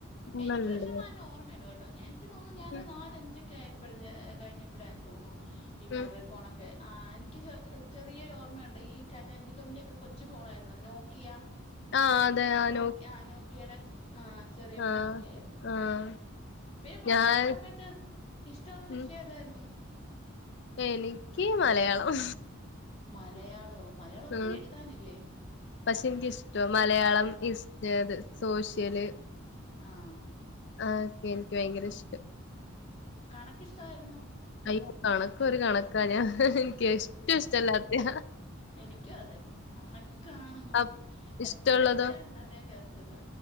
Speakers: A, on the left (about 55°); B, on the left (about 30°).
A: ഫോണുണ്ട്
B: എനിക്ക് പക്ഷെ നല്ല ഓർമ്മയു ണ്ടോട്ടോ ഞാൻ ഇൻക്ക് തോന്നുന്നു. ഞാൻ
A: ഉം
B: ഒരു നാലഞ്ചൊക്കെ ആയപ്പയന്നെ കഴിഞ്ഞപ്പെയ തോണു. ഈ
A: ഉം
B: മൊബൈൽ ഫോണൊക്കെ ആഹ് എനിക്ക് ച്ചെ ചെറിയ ഓർമ്മയുണ്ട് ഈ ടാറ്റ ഇന്റിക്കോമിന്റെ ഒക്കെ കൊച്ചു ഫോണായിരുന്നുഅത്. നോക്കിയ
A: ആഹ് അതെ ആഹ്
B: നോക്കിയ ആ നോക്കിയെടെ ആഹ് ചെറിയ
A: ആഹ്
B: ഫോണൊക്കെ ആയിരുന്നു
A: ആഹ്
B: പിന്നെ പഠിക്കുന്ന
A: ഞാൻ
B: സമയത്ത് ഇഷ്ടള്ള
A: ഉം
B: വിഷയേതായിരുന്നു?
A: എനിക്ക് മലയാളം
B: മലയാളോ? മലയാളം ഒത്തിരി
A: ഉം
B: എഴുതാനില്ലേ?
A: പക്ഷെ എനിക്കിഷ്ട. മലയാളം, ഹിസ്റ്റ, സോഷ്യല്.
B: ആഹ്
A: ആഹ് ഓക്കെ എനിക്ക് ഭയങ്കര ഇഷ്ടം
B: കണക്കിഷ്ടവായിരുന്നോ?
A: അയ്യോ കണക്കൊരു കണക്കാ ഞാ എനിക്കെറ്റുംഷ്ട്ടല്ലാത്തയാ.
B: എനിക്കും അതെ. കണക്കാണ് നമ്മക്ക്
A: അപ് ഇഷ്ടമുള്ളതോ
B: എത്ര പഠിച്ചാലും തലെ കേറത്തില്ല.